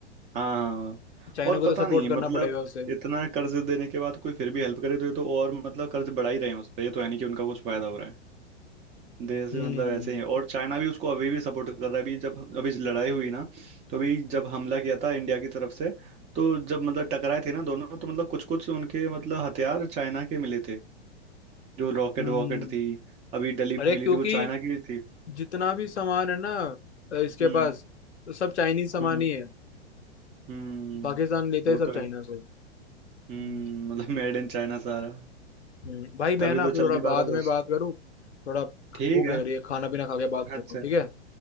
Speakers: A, on the right; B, on the left.
A: हाँ हाँ
B: चाइना
A: और
B: को
A: पता
B: तो सपोर्ट
A: नहीं
B: करना
A: मतलब
B: पड़ेगा उसे
A: इतना कर्ज देने के बाद कोई फिर भी हेल्प करे तो ये तो और मतलब कर्ज बढ़ा ही रहे हैं उस पर ये तो है नहीं कि उनका कुछ फायदा हो रहा है देश
B: हम्म
A: में मतलब ऐसे ही और चाइना भी उसको अभी भी सपोर्ट कर रहा है अभी जब अभी लड़ाई हुई ना तो अभी जब हमला किया था इंडिया की तरफ से तो जब मतलब टकराए थे ना दोनों तो मतलब कुछ कुछ उनके मतलब हथियार चाइना के मिले थे जो रॉकेट
B: हम्म
A: वॉकेट थी अभी डली
B: अरे
A: मिली
B: क्योंकि
A: थी वो चाइना की थी
B: जितना भी सामान है ना अ, इसके
A: हम्म
B: पास तो सब चाइनीज सामान
A: हम्म
B: ही है
A: हम्म
B: पाकिस्तान लेते
A: वो
B: हैं सब
A: तो
B: चाइना
A: है
B: से
A: हम्म
B: हम्म।
A: मतलब मेड इन चाइना सारा
B: हम्म, भाई मैं
A: तभी
B: ना
A: तो
B: अभी
A: चल
B: थोड़ा
A: नहीं पा
B: बाद
A: रहा
B: में
A: कुछ
B: बात करूँ थोड़ा
A: ठीक
B: भूख लग
A: है
B: रही है खाना पीना खा के बात
A: अच्छा
B: करता हूँ ठीक है